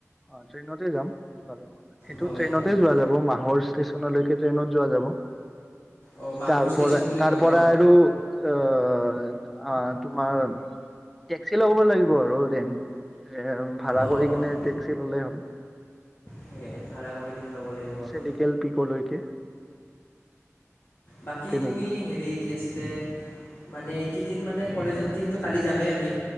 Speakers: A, in the centre; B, on the left (about 45°).
A: অ ট্ৰেইনতে যাম বাৰু সেইটো
B: হয়
A: ট্ৰেইনতে
B: হয়
A: যোৱা যাব মাহৰ ষ্টেচন লৈকে ট্ৰেনত যোৱা যাব
B: অঁ মাহুৰ
A: তাৰ
B: ষ্টেচন
A: পৰা
B: বুলি
A: তাৰ
B: কয়
A: পৰা
B: ন
A: আৰু আহ অ তোমাৰ টেক্সি লব লাগিব আৰু ৰেন এ ভাড়া
B: অঁ
A: কৰি কেনে
B: অঁ
A: টেক্সি ললেই হ'ল।
B: সেয়াই ভাড়া কৰি কিনে ল'ব লাগিব আৰু
A: চেলিকেল পিক'লৈকে।
B: বাকী
A: তেনেকুৱা
B: তুমি হেৰি কি আছিলে মানে এই কেইদিন মানে কলেজত যিহেতু কালি যামেই আমি